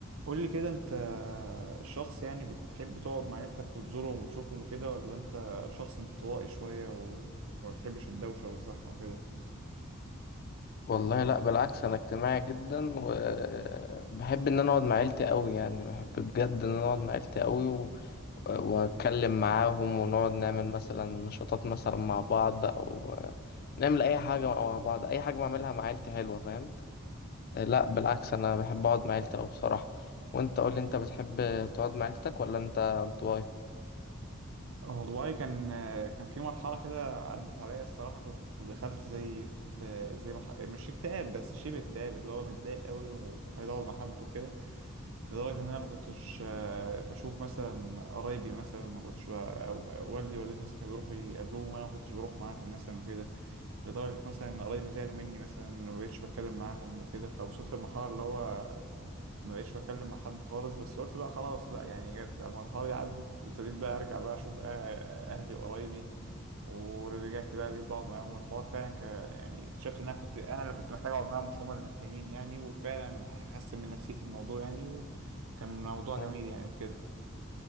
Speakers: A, on the right; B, on the left.
A: قول لي كده انت شخص يعني بتحب تقعد مع عيلتك وتزورهم وتشوفهم وكده ولا انت شخص انطوائي شوية و- وما بتحبش الدوشة والزحمة وكده
B: والله لا بالعكس انا اجتماعي جدا وبحب ان انا اقعد مع عيلتي قوي يعني بحب بجد ان انا اقعد مع عيلتي قوي و... واتكلم معاهم ونقعد نعمل مثلا نشاطات مثلا مع بعض او نعمل اي حاجه مع بعض اي حاجه بعملها مع عيلتي حلوه فاهم لا بالعكس انا بحب اقعد مع عيلتي قوي بصراحه وانت قول لي انت بتحب تقعد مع عيلتك ولا انت انطوائي
A: والله كان كان في مرحلة كده عدت عليا الصراحة كنت دخلت زي في زي مح... مش اكتئاب بس شبه اكتئاب اللي هو متضايق قوي ومش عايز اقعد مع حد وكده لدرجة ان انا ما كنتش آه، بشوف مثلا قرايبي مثلا ما كنتش ب... أو أو والدي ووالدتي مثلا كانوا بيروحوا يقابلوهم وانا ما كنتش بروح معاهم مثلا وكده لدرجة مثلا إن قرايبي زعلوا مني مثلا أنا ما بقتش بتكلم معاهم وكده فوصلت لمرحلة اللي هو ما بقتش بتكلم مع حد خالص بس قلت بقى خلاص لأ يعني جت المرحلة دي عدت وابتديت بقى أرجع بقى أشوف أه- أهلي وقرايبي ورجعت بقى بقيت بقعد معاهم والحوار فعلا ك يعني اكتشفت إن أنا كنت أنا اللي كنت محتاج أقعد معاهم مش هما اللي محتاجين يعني وفعلا حسن من نفسيتي الموضوع يعني وكان موضوع
B: مم.
A: جميل يعني وكده